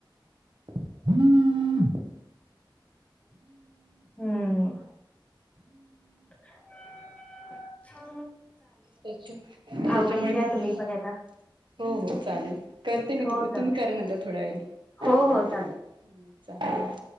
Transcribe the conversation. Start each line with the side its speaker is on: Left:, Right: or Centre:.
Right: <unintelligible>
Left: हूं <unintelligible>
Right: त्याच्या त्याच्यामुळे
Left: आवरून घ्या
Right: <unintelligible>
Left: तुम्ही पण आता.
Right: हो हो चालेल करते मी
Left: हो
Right: तु
Left: चालेल
Right: तुम्ही करा नंतर थोड्या वेळानी
Left: हो हो चालेल.
Right: हं चाले